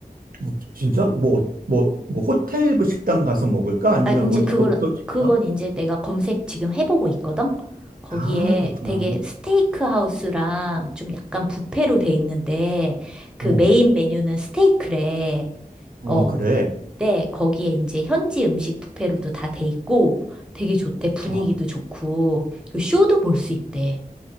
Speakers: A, on the right; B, in the centre.
A: 뭐, 진짜? 뭐, 어, 뭐, 뭐 호텔 뭐 식당 가서 먹을까? 아니면
B: 아, 이제
A: 어디,
B: 그걸,
A: 어떤 식당?
B: 그건 이제 내가 검색 지금 해보고 있거든? 거기에
A: 아, 그렇구나.
B: 되게 스테이크 하우스랑 좀 약간 뷔페로 돼 있는데, 그
A: 어,
B: 메인 메뉴는 스테이크래.
A: 어,
B: 어,
A: 그래.
B: 네, 거기에 이제 현지 음식 뷔페로도 다 돼 있고, 되게 좋대. 분위기도
A: 좋다.
B: 좋고, 그 쇼도 볼 수 있대.